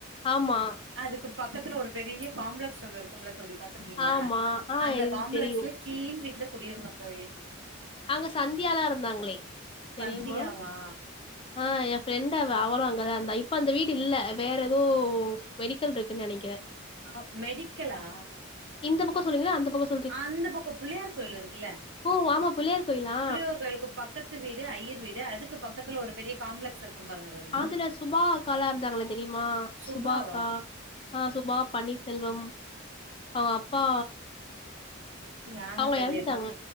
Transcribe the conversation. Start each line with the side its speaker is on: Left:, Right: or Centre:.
Left: ஆமா
Right: அதுக்கு பக்கத்துல ஒரு பெரிய காம்ப்ளெக்ஸ் ஒன்னு இருக்கும்ல தோழி பாத்துருக்கீங்களா
Left: ஆமா ஆ
Right: அந்த
Left: இது
Right: காம்ப்ளெக்ஸ்ல
Left: தெரியு
Right: கீழ் வீட்ல குடி இருந்தோ தோழி
Left: அங்க சந்தியாலா இருந்தாங்களே
Right: சந்தியாவா
Left: தெரியுமா ஆ எ ஃப்ரெண்டா அவ அவளு அங்கதா இருந்தா இப்ப அந்த வீடு இல்ல வேற எதோ மெடிக்கல் இருக்குன்னு நெனைக்கிறே
Right: ஆ மெடிக்கலா
Left: இந்த பக்கொ சொல்றீங்ளா அந்த பக்கொ சொ
Right: அந்த பக்கோ புள்ளியார் கோயில் இருக்குல்ல
Left: ஓ ஆமா பிள்ளையார் கோயிலா
Right: புள்ளியார் கோயிலுக்கு பக்கத் து வீடு ஐயர் வீடு அதுக்கு பக்கத்துத்துல ஒரு பெரிய காம்ப்ளெக்ஸ் இருக்கும் பாருங்க தோழி
Left: அதுல சுபாக்காலா இருந்தாங்களே தெரியுமா
Right: சுபாவா
Left: சுபாக்கா ஆ சுபா பன்னி செல்வம் அவ அப்பா
Right: து யார்னு
Left: அவங்க
Right: தெர்லயே
Left: எறந்துட்டாங்க
Right: தோழி